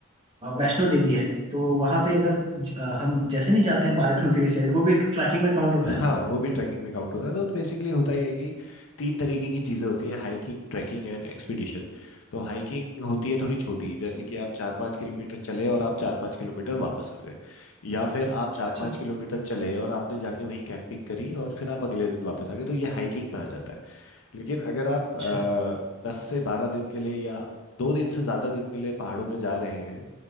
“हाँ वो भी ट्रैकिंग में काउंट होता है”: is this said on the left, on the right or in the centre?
Left